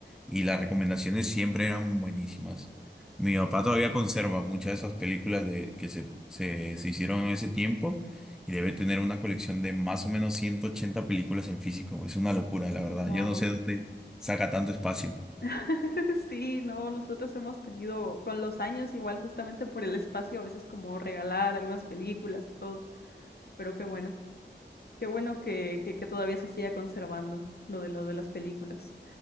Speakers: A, in the centre; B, on the left (about 55°).
A: Y las recomendaciones siempre eran buenísimas. Mi papá todavía conserva muchas de esas películas de, que se, se, se hicieron en ese tiempo y debe tener una colección de más o menos 180 películas en físico. Es una locura, la verdad.
B: Wow.
A: Yo no sé dónde saca tanto espacio.
B: <laughs> Sí, no, nosotros hemos tenido con los años igual justamente por el espacio, a veces como regalar algunas películas y todo, pero qué bueno. Qué bueno que, que, que todavía se siga conservando lo de lo de las películas,